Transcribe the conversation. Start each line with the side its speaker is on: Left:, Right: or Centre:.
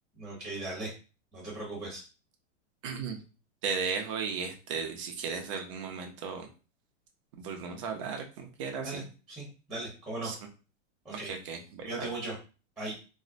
Centre: Ok, dale. No te preocupes.
Right: <clears throat> Te dejo y este, si quieres en algún momento volvemos a hablar, como quieras,
Centre: Dale,
Right: sí.
Centre: sí, dale. ¿Cómo no?
Right: Sí.
Centre: Ok.
Right: Ok, ok, bye
Centre: Cuídate
Right: bye.
Centre: mucho. Bye.